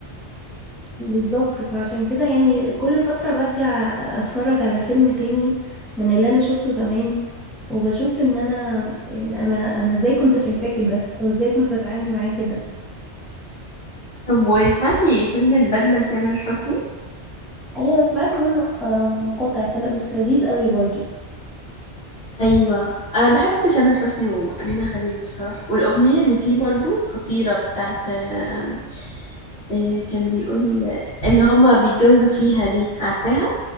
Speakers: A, in the centre; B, on the left.
A: بالظبط فعشان كده يعني كل فترة برجع اتفرج على فيلم تاني من اللي انا شفته زمان وبشوف ان انا يعني انا انا ازاي كنت شايفاه كده او ازاي كنت بتعامل معاه كده
B: طب وسمعتي فيلم البدلة لتامر حسني؟
A: ايوه سمعت منه آم، مقاطع كده بس لذيذ قوي برضو
B: ايوه انا بحب تامر حسني وامينه خليل بصراحه والاغنيه اللي فيه برضو خطيره بتاعت آم، آه، كان بيقول ان هما بيتجوزوا فيها دي عارفاها